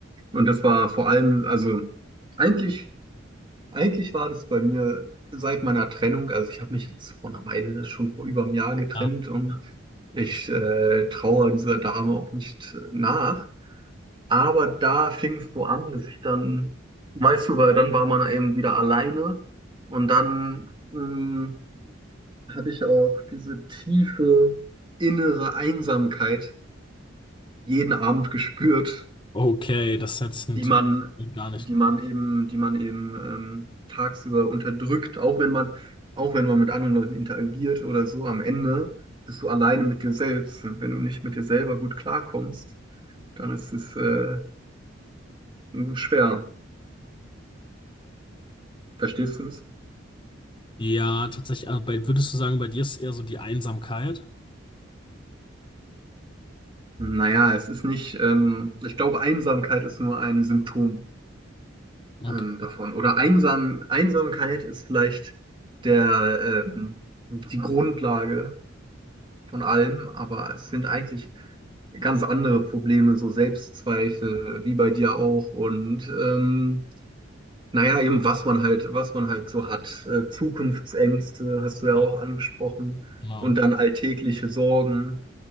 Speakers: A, on the right; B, on the left.
A: Und das war vor allem, also eigentlich, eigentlich war das bei mir seit meiner Trennung, also ich habe mich jetzt vor einer Weile, schon vor über einem Jahr getrennt
B: ja.
A: und ich äh, traue dieser Dame auch nicht nach. Aber da fing es so an, dass ich dann, weißt du, weil dann war man eben wieder alleine und dann mh, hatte ich auch diese tiefe innere Einsamkeit jeden Abend gespürt,
B: Okay, das hätte ich natürlich
A: die man,
B: gar nicht
A: die
B: gut.
A: man eben, die man eben ähm, tagsüber unterdrückt, auch wenn man, auch wenn man mit anderen Leuten interagiert oder so, am Ende bist du alleine mit dir selbst. Und wenn du nicht mit dir selber gut klarkommst, dann ist es äh, schwer. Verstehst du es?
B: Ja, tatsächlich, also bei, würdest du sagen, bei dir ist eher so die Einsamkeit?
A: Naja, es ist nicht, ähm, ich glaube, Einsamkeit ist nur ein Symptom
B: Okay,
A: ähm, davon. Oder einsam, Einsamkeit ist vielleicht der, ähm, die Grundlage von allem, aber es sind eigentlich ganz andere Probleme, so Selbstzweifel, wie bei dir auch. Und ähm, naja, eben was man halt, was man halt so hat. Äh, Zukunftsängste hast du ja
B: ja,
A: auch angesprochen.
B: genau.
A: Und dann alltägliche Sorgen.